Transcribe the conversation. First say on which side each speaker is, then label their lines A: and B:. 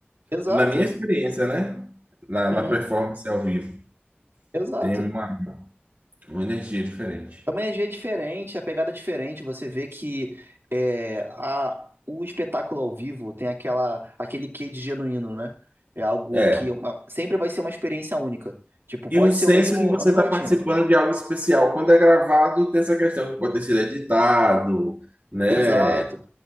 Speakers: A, on the right; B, on the right.
A: exato.
B: Na minha experiência, né? Na, na
A: Uhum,
B: performance ao vivo.
A: exato.
B: Tem uma, uma energia diferente.
A: É uma energia diferente, a pegada é diferente. Você vê que é, a, o espetáculo ao vivo tem aquela, aquele quê de genuíno, né? É algo
B: É.
A: que é uma- sempre vai ser uma experiência única. Tipo, pode
B: E o senso
A: ser o mesmo,
B: de você
A: a mesma
B: estar
A: rotina.
B: participando de algo especial. Quando é gravado, tem essa questão que pode ter sido editado, né?
A: Exato,